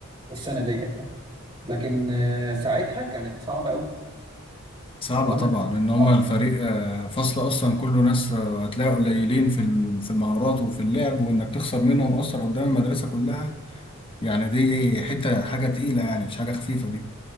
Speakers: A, on the right; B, on the left.
A: السنة ديت يعني لكن آه، ساعتها كانت صعبة قوي
B: صعبة
A: قابلنا
B: طبعا ان هما
A: اه
B: الفريق آه، فصل اصلا كله ناس آه، هتلاقي قليلين في ال- في المهارات وفي اللعب وانك تخسر منهم اصلا قدام المدرسة كلها يعني دي حتة حاجة تقيلة يعني مش حاجة خفيفة دي